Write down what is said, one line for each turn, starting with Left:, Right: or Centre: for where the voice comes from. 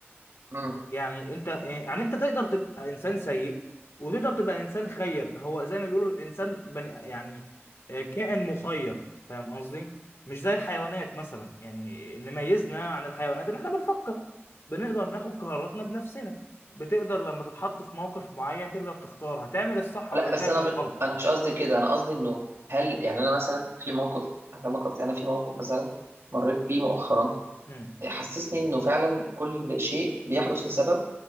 Right: مم.
Left: يعني انت يعني انت تقدر تبقى انسان سيء وتقدر تبقى انسان خير هو زي ما بيقولوا الانسان بني يعني آه، كائن مخير فاهم قصدي مش زي الحيوانات مثلا يعني اللي ميزنا عن الحيوانات ان احنا بنفكر بنقدر ناخد قراراتنا بنفسنا بتقدر لما تتحط في موقف معين تقدر تختار هتعمل الصح ولا
Right: لا
Left: هتعمل
Right: بس أنا
Left: الغلط
Right: م... أنا مش قصدي كده أنا قصدي إنه هل يعني أنا مثلا في موقف أفهمك قصدي أنا في موقف مثلا مريت بيه مؤخرا
Left: مم.
Right: حسسني إنه فعلا كل شيء بيحدث لسبب